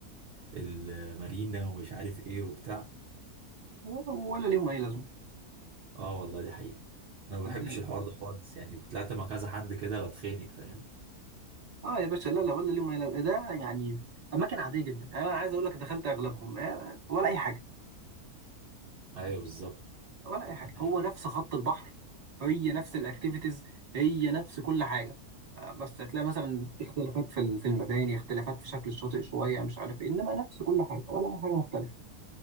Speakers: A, on the right (about 55°); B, on the right (about 30°).
A: المارينا ومش عارف ايه وبتاع
B: ولا ليهم أي لازمة
A: اه والله دي حقيقة انا ما
B: صدقني
A: بحبش الحوار ده خالص يعني طلعت مع كذا حد كده بتخانق فاهم
B: آه يا باشا لا لا ولا ليهم أي لازمة ده يعني أماكن عادية جدا أنا عايز أقول لك دخلت أغلبهم آه، ولا أي حاجة
A: ايوه بالظبط
B: ولا اي حاجه
A: يعني
B: هو نفس خط البحر هي نفس الاكتيفيتيز هي نفس كل حاجه آه، بس هتلاقي مثلا اختلافات في ال- في المباني اختلافات في شكل الشاطئ شويه مش عارف ايه انما نفس كل حاجه ولا اي حاجه مختلفه